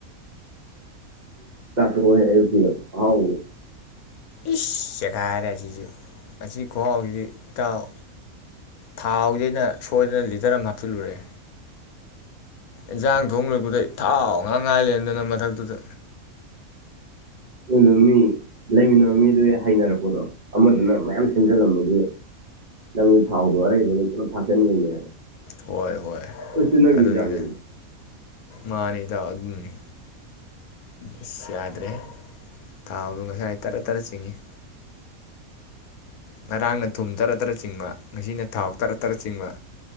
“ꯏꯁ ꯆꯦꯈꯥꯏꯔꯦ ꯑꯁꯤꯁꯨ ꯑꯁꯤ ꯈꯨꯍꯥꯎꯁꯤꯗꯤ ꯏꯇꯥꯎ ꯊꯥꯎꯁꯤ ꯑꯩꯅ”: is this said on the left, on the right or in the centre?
Left